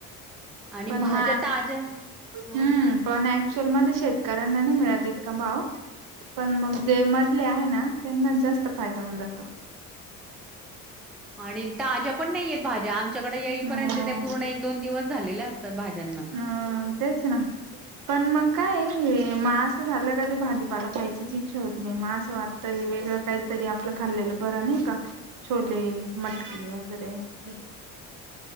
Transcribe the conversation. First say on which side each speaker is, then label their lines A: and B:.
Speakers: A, in the centre; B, on the right (about 50°).
A: आणि
B: पण
A: भाज्या
B: म
A: ताज्या ह
B: हम्म पण. शोलमध्ये शेतकऱ्यांना नाही मिळत इत का भाव. पण मग जे मधले आहे ना त्यांनाच जास्त फायदा होऊन जातो.
A: <unintelligible> आणि ताज्या पण नाही येत. भाज्या आमच्याकडे येईपर्यंत
B: हो
A: त्या पूर्ण एक दोन दिवस झालेल्या असतात भाज्यांना.
B: अ तेच ना पण मग. काय हे मास झालं का ते भाजीपाला कायचीच इच्छा होत नाही मास वाटतय वेगळं काही. तरी आपलं खाल्लेलं बरं नाही का छोले मटकी वगैरे. हम्.